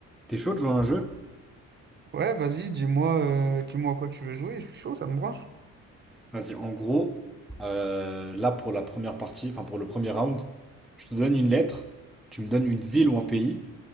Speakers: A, in the centre; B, on the right.
A: T'es chaud de jouer à un jeu?
B: Ouais, vas-y, dis-moi euh, dis-moi à quoi tu veux jouer, je suis chaud, ça me branche.
A: Vas-y, en gros, euh, là pour la première partie, enfin pour le premier round, je te donne une lettre, tu me donnes une ville ou un pays.